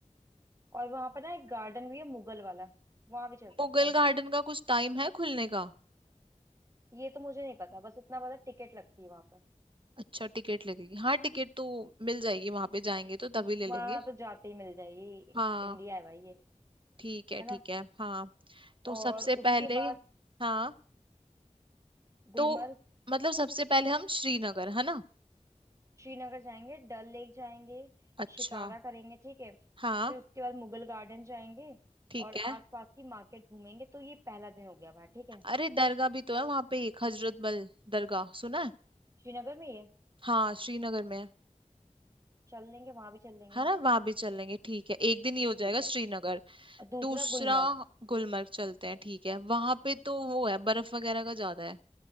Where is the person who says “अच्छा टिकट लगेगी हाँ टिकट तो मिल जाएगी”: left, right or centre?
Right